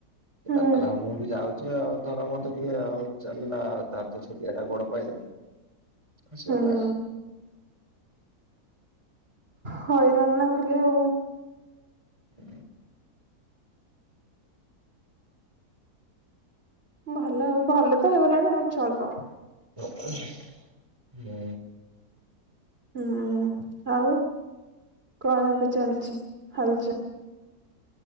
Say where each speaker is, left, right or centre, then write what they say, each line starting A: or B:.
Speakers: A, on the right; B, on the right.
A: ସେ
B: ହୁଁ।
A: ତାର କହିଲା ହୋଉ ମୁଁ ବି ଯାଉଛି ଆଉ ଧର ମତେ ଟିକେ ଆଉ ଚାଲାଲା ତାର ତ ଛୁଟିଆଟା ଗୋଡ଼ ପାଇଲାନି ଖସିଗଲା
B: ହୁଁ ହଇରାଣ ନା ହ୍ୟାଲୋ।
A: ହ
B: ଭଲ ଭଲ ତ ହେଇଗଲାଣି ଆଉ ଚଳିବ
A: ହୁଁ।
B: ହୁଁ ଆଉ କଣ ଏବେ ଚାଲିଛି ହଲ ଚାଲ